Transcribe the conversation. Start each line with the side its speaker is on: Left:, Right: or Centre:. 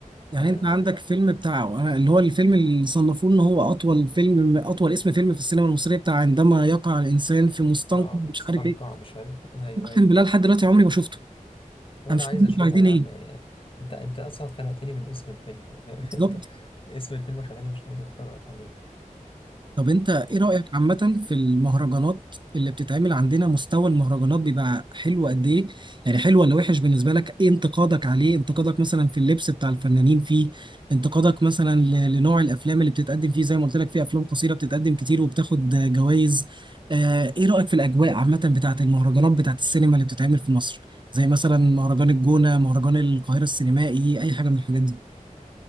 Right: يعني
Left: اه,
Right: انت عندك فيلم بتاع اللي هو الفيلم اللي صنفوه ان هو اطول فيلم اطول اسم فيلم في السينما المصريه بتاع عندما يقع الانسان في مستنقع
Left: آه
Right: مش
Left: مستنقع
Right: عارف ايه
Left: مش عارف ايوه
Right: اقسم
Left: ايوه
Right: بالله لحد دلوقتي عمري ما شفته
Left: ولا
Right: انا مش
Left: عايز
Right: فاهم
Left: اشوفه
Right: انتوا عايزين
Left: يا
Right: ايه
Left: عم يعني انت انت اصلا خنقتني من اسم الفيلم <laughs> يعني
Right: بالظبط
Left: انت اسم الفيلم خلاني مش عايز اتفرج عليه
Right: طب انت ايه رايك عامه في المهرجانات اللي بتتعمل عندنا مستوى المهرجانات بيبقى حلو قد ايه يعني حلو ولا وحش بالنسبه لك ايه انتقادك عليه انتقادك مثلا في اللبس بتاع الفنانين فيه انتقادك مثلا ل- لنوع الافلام اللي بتتقدم فيه زي ما قلت لك في افلام قصيره بتتقدم كتير وبتاخد جوائز آه، ايه رايك في الاجواء عامه بتاعه المهرجانات بتاعه السينما اللي بتتعمل في مصر زي مثلا مهرجان الجونه مهرجان القاهره السينمائي اي حاجه من الحاجات دي